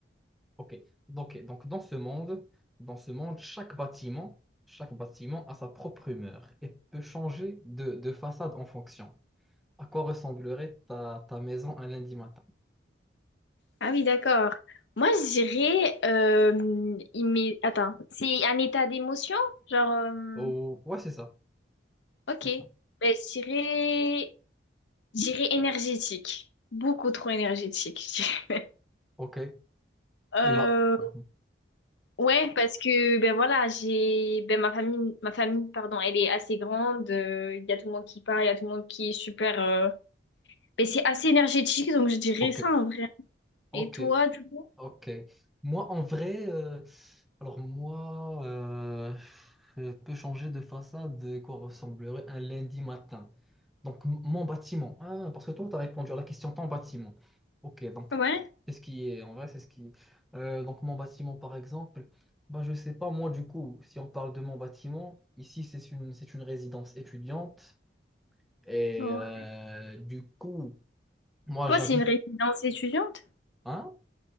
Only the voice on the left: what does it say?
Ah oui, d'accord. Moi, je dirais, euh, immé- attends, c'est un état d'émotion? Genre, euh,
ok.
Ben, je dirais, je dirais énergétique. Beaucoup trop énergétique, je dirais.
Euh,
ouais, parce que, ben voilà, j'ai, ben ma famille, ma famille, pardon, elle est assez grande. euh, Il y a tout le monde qui part, il y a tout le monde qui est super. euh, Mais c'est assez énergétique, donc je dirais
ça en vrai.
Et toi, du coup?
Ouais.
Ouais.
Toi,
c'est une résidence étudiante?